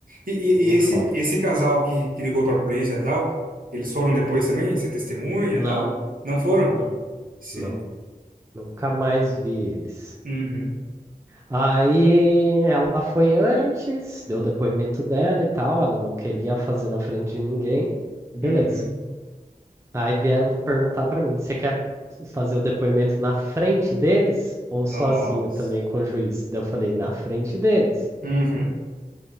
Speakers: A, on the right (about 65°); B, on the right (about 20°).
A: E, e,
B: no
A: e esse,
B: fórum.
A: esse casal que, que ligou pra polícia e tal, eles foram depois também? Ser testemunha
B: Não,
A: e tal? Não foram?
B: não,
A: Sei.
B: não, nunca mais vi eles.
A: Uhum.
B: Aí ela foi antes, deu o depoimento dela e tal, ela não queria fazer na frente de ninguém. Beleza.
A: Uhum.
B: Aí vieram perguntar pra mim: você quer fazer o depoimento na frente deles ou
A: Nossa.
B: sozinho também com o juiz? Daí eu falei: na frente deles.
A: Uhum.